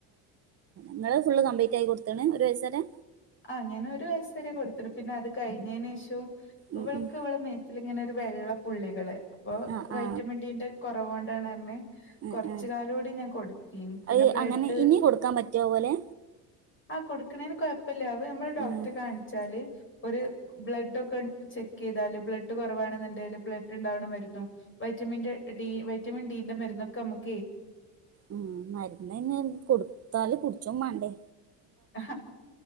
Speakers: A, on the right (about 35°); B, on the left (about 25°).
A: ങ്ങള് ഫുള്ള് കപ്ലീറ്റ് ആയി കൊടുത്തേണ് <unintelligible>
B: ആ ഞാന് ഒരു വയസ് വരെ കൊടുത്തിനു പിന്നെ അത് കഴിഞ്ഞതിന് ശേഷവും
A: ഉം
B: ഇവൾക്ക്
A: ഉം
B: ഇവള മേത്തിലിങ്ങനെ വെള്ളപ്പുള്ളികള് അപ്പൊ
A: ആ
B: വൈറ്റമിൻ
A: ആ
B: ഡീന്റെ കൊറേവാ <unintelligible>
A: ആ
B: കൊറച്ച്കാല്കൂടി
A: ആ
B: ഞാൻ കൊടുത്തി പിന്നെ
A: അത്
B: ബ്ല്ഡ്
A: അങ്ങനെ ഇനി കൊടുക്കാൻ പറ്റുവോ പോലെ
B: ആകൊടുക്കണേന് കൊഴപ്പംഇല്ലൃനമ്മള് ഡോക്ടറെ
A: ആ ആ
B: കാണിച്ചാല് ഒരു ബ്ലഡ് ഒക്കെ ചെക്ക് ചെയ്താല് ബ്ലഡ് കുറവാണെന്നുണ്ടെല് ബ്ലഡ് ഉണ്ടാവണ മരുന്നു വൈറ്റമിൻന്റെ ഡി വൈറ്റമിൻ ഡന്റെ മരൊെമുക്ക്
A: ഉ മരുന്നാന്ന് കൊടുത്താല് കുടിച്ചു <unintelligible> മണ്ടേ
B: ആ